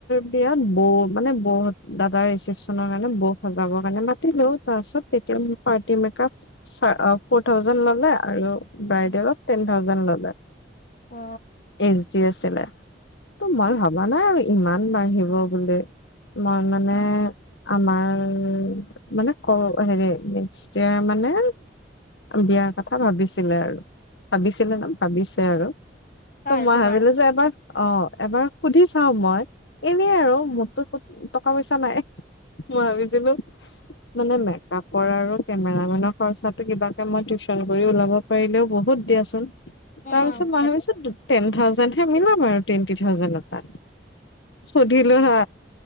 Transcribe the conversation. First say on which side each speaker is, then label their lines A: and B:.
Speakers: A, on the left; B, on the left.
A: বিয়াত বৌ মানে বৌত দাদাৰ ৰিচেপচনৰ কাৰণে বৌক সজাবৰ কাৰণে মাতিলো তাৰ পিছত পাৰ্টি মেকাপ চা ফৰ থাউজেণ্ড ললে আৰু ব্ৰাইডেলত
B: অ
A: টেন থাউজেণ্ড ল'লে
B: অ
A: ইচ যি আছিলে ত মই ভবা নাই আৰু ইমান বাঢ়িব বুলি। মই মানে
B: উম
A: আমাৰ মানে ক হেৰি নেক্সট ইয়েৰ মানে বিয়াৰ কথা ভাবিছিলে আৰু ভাবিছিলে ন ভাবিছে আৰু।
B: কাৰ
A: ত মই
B: তোমাৰ
A: ভাবিলো যে এবাৰ অ এবাৰ সুধি চাও মই। এনে আৰু
B: উম
A: মোৰতো টকা পইচা নাই মই ভাবিছিলো মানে মেকাপ পৰা আৰু কেমেৰা মেনৰ খৰচাটো কিবা এটা মই টিউশচন কৰি ওলাব পাৰিলেও বহুত দিয়াচোন।
B: উম
A: তাৰপিছত মই
B: সেইটো
A: ভাবিছো
B: হয়।
A: টেন থাউজেণ্ডহে মিলাম আৰু টুৱেণ্টি থাউজেণ্ড এটা সুধিলো হা